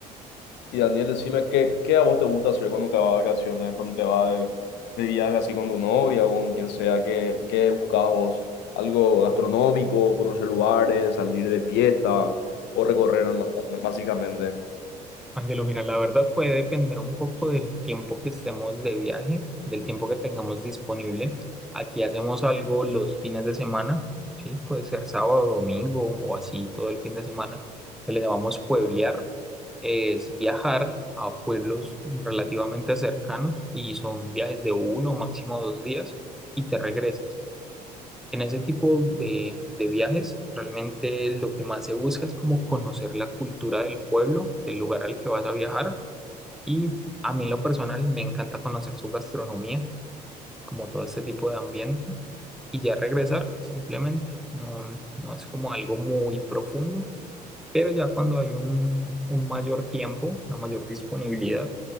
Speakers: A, on the left; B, in the centre.
A: Y Daniel, decime, ¿qué, qué a vos te gusta hacer cuando te vas de vacaciones, cuando te vas de, de viaje así con tu novia o con quien sea? ¿Qué, qué buscas vos? ¿Algo gastronómico, conocer lugares, salir de fiesta o recorrer más- básicamente?
B: Angelo, mira, la verdad puede depender un poco del tiempo que estemos de viaje, del tiempo que tengamos disponible. Aquí hacemos algo los fines de semana, ¿sí? Puede ser sábado, domingo o así todo el fin de semana, que le llamamos pueblear. Es viajar a pueblos relativamente cercanos y son viajes de uno, máximo dos días y te regresas. En ese tipo de, de viajes, realmente lo que más se busca es como conocer la cultura del pueblo, del lugar al que vas a viajar y a mí en lo personal me encanta conocer su gastronomía, como todo este tipo de ambiente, y ya regresar simplemente. No, no es como algo muy profundo, pero ya cuando hay un, un mayor tiempo, una mayor disponibilidad,